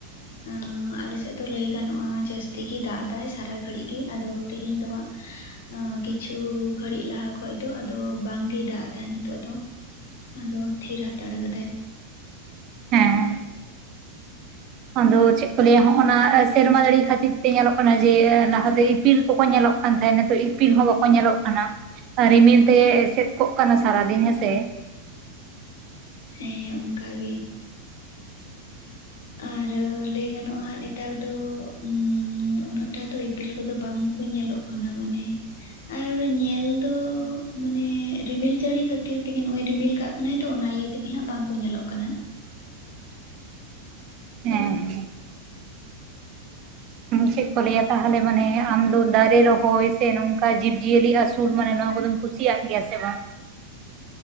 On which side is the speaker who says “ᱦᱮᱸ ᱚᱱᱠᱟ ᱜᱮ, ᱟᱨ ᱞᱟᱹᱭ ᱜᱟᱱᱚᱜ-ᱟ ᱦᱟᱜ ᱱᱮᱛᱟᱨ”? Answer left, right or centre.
Left